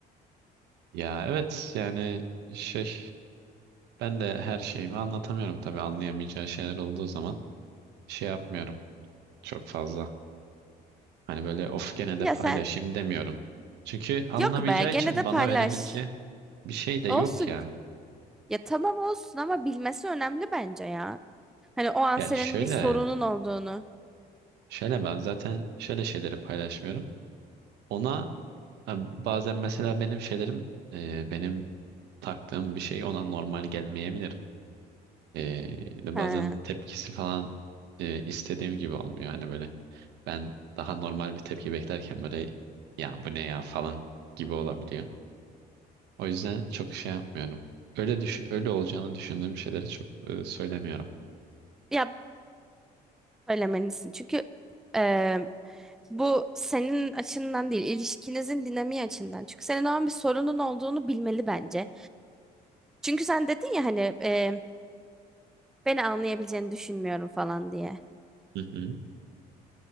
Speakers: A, on the right (about 80°); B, in the centre.
A: Ya evet yani şey ben de her şeyimi anlatamıyorum tabii anlayamayacağı şeyler olduğu zaman şey yapmıyorum çok fazla. Hani böyle of gene
B: Ya
A: de paylaşayım
B: sen
A: demiyorum. Çünkü anlamayacağı
B: yok be gene
A: için
B: de
A: bana
B: paylaş.
A: verebileceği bir şey de
B: Olsun.
A: yok ya.
B: Ya tamam olsun ama bilmesi önemli bence ya. Hani o an
A: Yani
B: senin
A: şöyle
B: bir sorunun olduğunu
A: şöyle ben zaten şöyle şeyleri paylaşmıyorum. Ona e, bazen mesela benim şeylerim e, benim taktığım bir şey ona normal gelmeyebilir. E, de
B: he,
A: bazen tepkisi falan e, istediğim gibi olmuyor. Hani böyle ben daha normal bir tepki beklerken böyle ya bu ne ya falan gibi olabiliyor. O yüzden çok şey yapmıyorum. Öyle düş öyle olacağını düşündüğüm şeyleri çok e, söylemiyorum.
B: ya söylemelisin. Çünkü e, bu senin açından değil, ilişkinizin dinamiği açından. Çünkü senin o an bir sorunun olduğunu bilmeli bence. Çünkü sen dedin ya hani e, beni anlayabileceğini düşünmüyorum falan diye.
A: Hı hı.